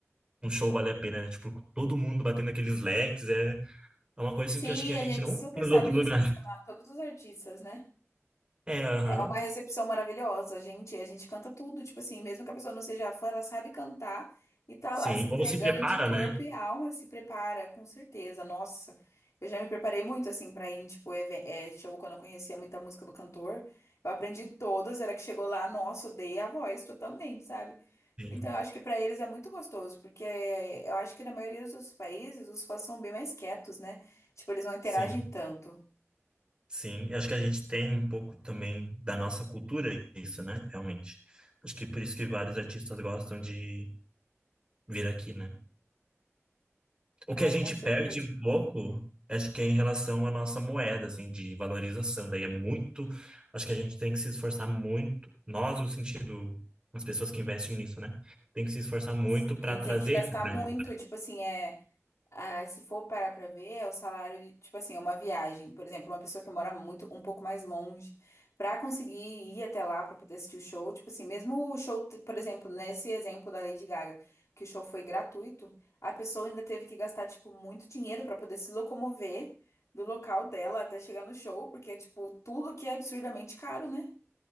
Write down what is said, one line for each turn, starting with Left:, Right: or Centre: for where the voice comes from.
Right: um show valer a pena, né, tipo, todo mundo batendo aqueles leques, é, é uma coisa
Left: Sim,
Right: assim que eu acho que a
Left: a
Right: gente
Left: gente
Right: não
Left: super
Right: tem nos
Left: sabe
Right: outros
Left: recepcionar
Right: lugares.
Left: todos os artistas, né?
Right: É, aham,
Left: É uma recepção maravilhosa, gente, a gente canta tudo, tipo assim, mesmo que a pessoa não seja fã, ela sabe cantar e tá
Right: sim.
Left: lá se entregando
Right: Ou se prepara,
Left: de corpo
Right: né?
Left: e alma, se prepara, com certeza. Nossa, eu já me preparei muito assim pra ir, em, tipo, even- é, show quando eu conhecia muita música do cantor. Eu aprendi todas, era que chegou lá, nossa, odeia a voz totalmente, sabe?
Right: Sim,
Left: Então, eu acho que para eles é muito gostoso, porque eu acho que na maioria dos outros países os fãs são bem mais quietos, né? Tipo, eles não interagem
Right: sim.
Left: tanto.
Right: Sim, eu acho que a gente tem um pouco também da nossa cultura isso, né? Realmente. Acho que por isso que vários artistas gostam de vir aqui, né? O
Left: Ai,
Right: que a gente
Left: com certeza.
Right: perde um pouco, acho que é em relação à nossa moeda, assim, de valorização. Daí é muito. Acho que a gente tem que se esforçar muito. Nós, no sentido, as pessoas que investem nisso, né? Tem que se esforçar muito
Left: Sim,
Right: para trazer
Left: tem que gastar
Right: esses grandes.
Left: muito, tipo assim, é. Ah, se for parar pra ver, é o salário de, tipo assim, é uma viagem. Por exemplo, uma pessoa que mora muito, um pouco mais longe, pra conseguir ir até lá pra poder assistir o show, tipo assim, mesmo o show, t- por exemplo, nesse exemplo da Lady Gaga, que o show foi gratuito, a pessoa ainda teve que gastar, tipo, muito dinheiro pra poder se locomover do local dela até chegar no show, porque é, tipo, tudo aqui é absurdamente caro, né?